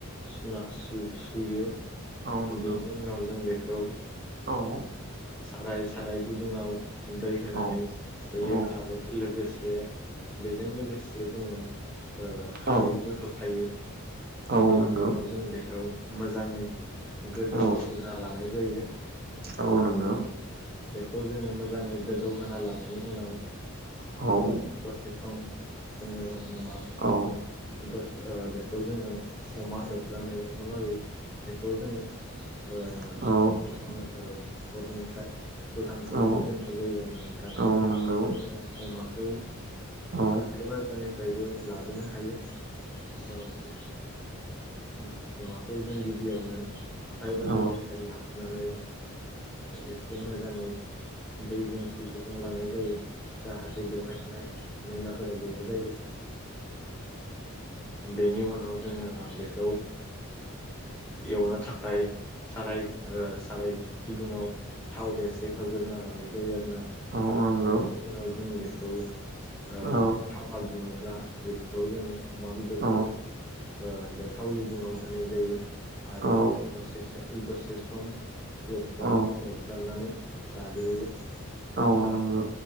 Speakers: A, in the centre; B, on the right.
A: सुना सुयो
B: औ नंगौ
A: बेनि उनाव जों बेखौ
B: <unintelligible>
A: साराय साराय गुदुङाव दै होनानै
B: औ
A: होयो
B: औ
A: आरो लोगोसे बेजों लोगोसे जोङो खारैबो
B: औ
A: होफायो
B: औ
A: बेनि
B: नंगौ
A: उनाव जों बेखौ मोजाङै गोदौहोग्रोना
B: औ
A: लानाय जायो
B: औ नंगौ
A: बेखौ जोङो मोजाङै गोदौहा लानायनि उनाव
B: औ
A: दसे सम जोङो अमा
B: औ औ
A: द बेखौ जोङो अमा एवफ्रनायलागै बेखौ जोङो आ
B: नंगौ औ
A: हरनिफ्राय
B: औ
A: बोखांथ'नानै
B: औ
A: दोननाय जायो आरो नोंथां
B: औ नंगौ
A: जोङो अमाखौ
B: औ नंगौ औ
A: हाथाय बाजारनिफ्रायबो लाबोनो हायो औ दे अमाखौ जों गिबियावनो हाथाइ बाजारनिफ्राय
B: औ
A: लाबोनानै एसे मोजाङै दैजों सुग्रना लानाय जायो। जाहाथे बेवाय थानाय मैलाफोरा गैया जायो। बेनि उनाव जोङो बेखौ एवनो थाखाय साराय साराय गुदुङाव थाव गसे होग्रोना लानाय जायो आरो ना।
B: औ नंगौ
A: बेनि उनाव जों बेखौ ओ
B: औ
A: थावा दुङोब्ला बेखौ जोङो अमा बेदरखौ
B: औ
A: ओ बे थाव गुदुङाव होनाय जायो आरो
B: औ
A: दसे दसे सम एवफ्रा
B: औ
A: एवफ्राननानै लाग्रोयो ओ
B: औ नंगौ